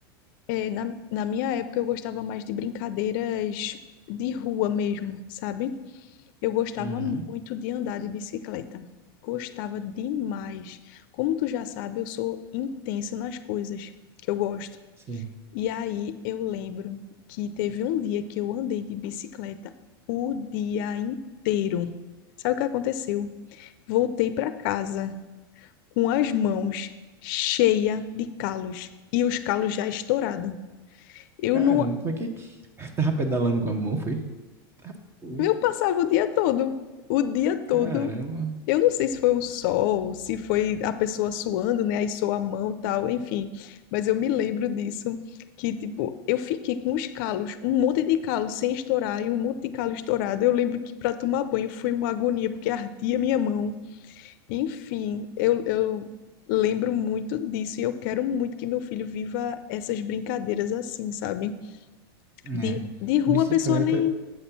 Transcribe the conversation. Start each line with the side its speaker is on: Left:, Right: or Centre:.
Left: é, na, na minha época eu gostava mais de brincadeiras de rua mesmo, sabe? Eu gostava
Right: Uhum,
Left: muito de andar de bicicleta. Gostava demais. Como tu já sabe, eu sou intensa nas coisas que eu gosto.
Right: sim.
Left: E aí eu lembro que teve um dia que eu andei de bicicleta o dia inteiro. Sabe o que aconteceu? Voltei para casa com as mãos cheias de calos e os calos já estourados. Eu
Right: Caramba,
Left: não
Right: como é que <laughs> tava pedalando com a mão, foi? Tá, poxa,
Left: Eu passava o dia todo, o dia todo.
Right: caramba.
Left: Eu não sei se foi o sol, se foi a pessoa suando, né? Aí sua a mão, tal, enfim. Mas eu me lembro disso, que tipo, eu fiquei com os calos, um monte de calo sem estourar e um monte de calo estourado. Eu lembro que para tomar banho foi uma agonia, porque ardia minha mão. Enfim, eu, eu lembro muito disso e eu quero muito que meu filho viva essas brincadeiras assim, sabe?
Right: É,
Left: De, de rua
Right: bicicleta,
Left: a pessoa nem